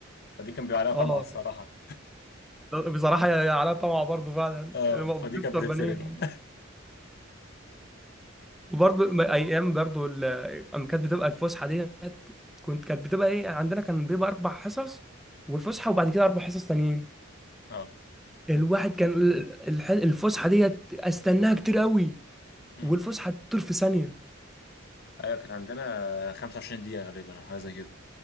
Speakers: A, on the left; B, in the centre.
A: فدي كان بيبقى عليها
B: اه
A: طمع الصراحه
B: بصراحة يا يا علاء طمع برضه فعلا
A: اه
B: هو
A: فدي
B: بيفطر
A: كانت بتتسرق
B: بانيه
A: بقى
B: وبرضه م-
A: اه
B: أيام برضه ال- أما كانت بتبقى الفسحة ديت كنت كانت بتبقى إيه عندنا كان بيبقى أربع حصص والفسحة وبعد كده أربع حصص تانيين
A: آه.
B: الواحد كان ال- الح- الفسحة ديت أستناها كتير قوي
A: امم
B: والفسحة تطير في ثانية
A: ايوه كانت عندنا 25 دقيقه غالبا او حاجه زي كده